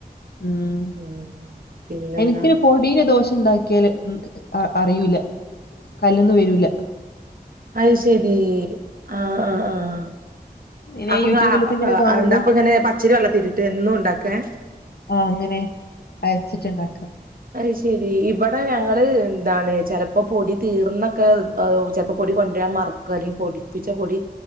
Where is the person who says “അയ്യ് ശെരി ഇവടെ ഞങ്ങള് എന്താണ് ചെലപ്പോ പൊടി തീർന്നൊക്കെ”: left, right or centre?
Right